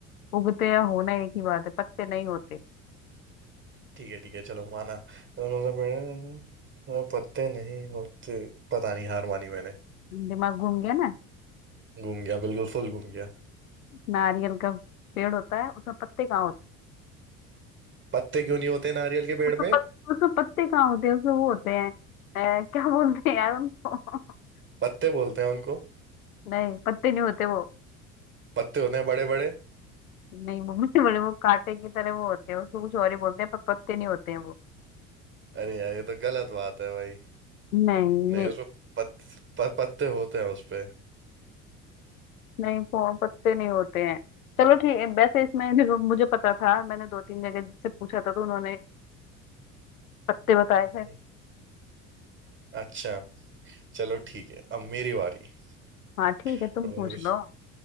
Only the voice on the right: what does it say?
ठीक है ठीक है चलो माना ऐसा कौन सा पेड़ है जिसमें पत्ते नहीं होते पता नहीं हार मानी मैंने
घूम गया बिल्कुल फुल घूम गया
पत्ते क्यों नहीं होते नारियल के पेड़
पे
पत्ते बोलते हैं उनको
पत्ते होते हैं बड़े बड़े
अरे यार ये तो गलत बात है भाई
नहीं
उसमें पत, प, पत्ते होते हैं उसपे
हम्म। अच्छा चलो ठीक है अब मेरी बारी
रुको
मुझे